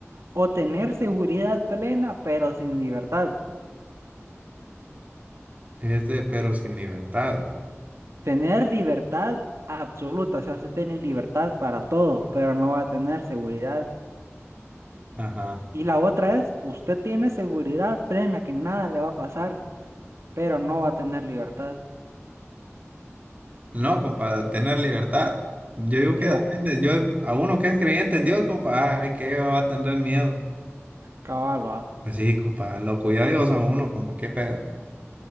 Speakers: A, on the right; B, on the right.
A: o tener seguridad plena pero sin libertad?
B: Este, pero sin libertad.
A: Tener libertad absoluta, o sea, usted tiene libertad para todo, pero no va a tener seguridad.
B: Ajá.
A: Y la otra es, usted tiene seguridad plena que nada le va a pasar, pero no va a tener libertad.
B: No, compa, tener libertad. Yo digo
A: Viva,
B: que depende, yo, a uno que es creyente en Dios, compa, ay, qué va a tener miedo.
A: caballo,
B: Pues sí, compa, lo cuida Dios a uno, compa, qué pedo.